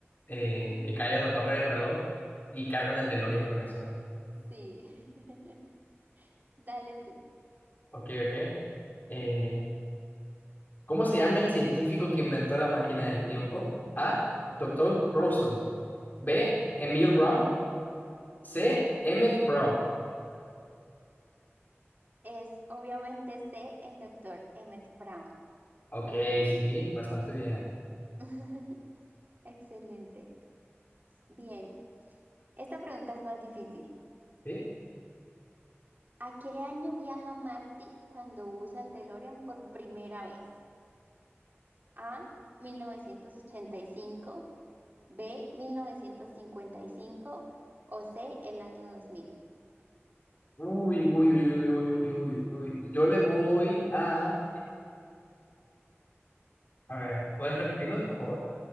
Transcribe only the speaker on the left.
eh,
que cae a la torre del reloj y cargan el DeLorean con eso.
Ok, ok. Eh, ¿cómo se llama el científico que inventó la máquina del tiempo? A. Doctor Brownstone. B. Emil Brown. C. Emmett Brown.
Ok, sí, bastante bien.
¿Sí?
Uy, uy, uy, uy, uy, uy, uy, uy. Yo le voy a... A ver, ¿puedes repetirlos, por favor?